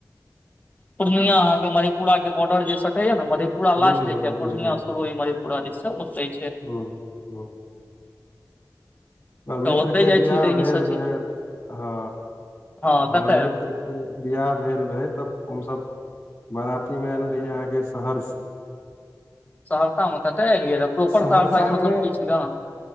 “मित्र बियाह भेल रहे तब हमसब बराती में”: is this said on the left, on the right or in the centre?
Left